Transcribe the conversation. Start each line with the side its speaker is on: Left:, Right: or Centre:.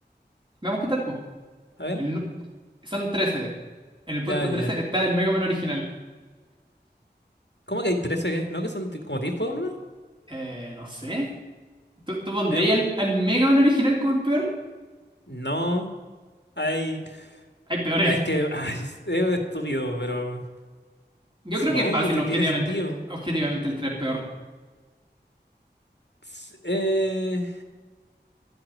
Right: Veamos qué tal, pues.
Left: A ver,
Right: El nu- son trece En el puesto
Left: ya, ya.
Right: 13
Left: ya.
Right: está el Mega Man original.
Left: ¿Cómo que hay 13? eh? ¿No que son ti- como diez juegos nomás?
Right: Eh, no sé. ¿Tú, tú pondrías
Left: Medio men-
Right: al, al Mega Man original como el peor?
Left: No, hay...
Right: Hay peores.
Left: ah, Es
Right: <laughs>
Left: que ay, es, es estúpido, pero
Right: Yo
Left: supongo
Right: creo que es fácil,
Left: que
Right: objetivamente.
Left: tiene sentido.
Right: Objetivamente el 3 es peor.
Left: S- eh,